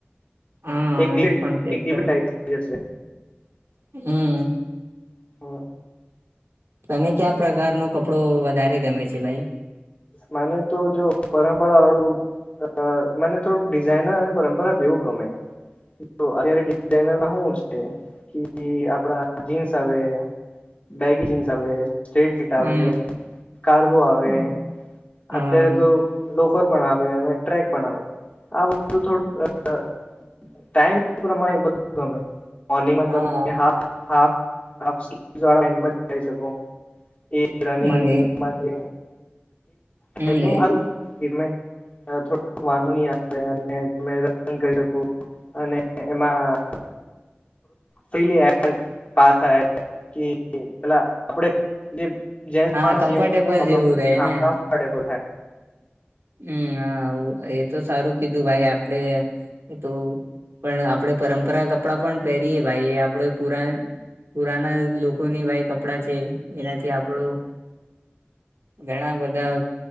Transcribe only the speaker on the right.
હા
એ પણ છે
હમ્મ.
તને કયા પ્રકાર નો કપડો વધારે ગમે છે ભાઈ?
હમ
હમ. હા
હા
હમ
એ
હમ
એ
હા
કમ્ફર્ટેબલ
જેવું
રે
ને
હમ્મ હા હુ એ તો સારું કીધું ભાઈ આપડે એ તુ પણ આપડણે પરંપરા કપડાં પણ પહેરીએ ભાઈ, આપડે પુરા પુરાના લોકોની વાઈ કપડાં છે, એનાથી આપણું ઘણા બધા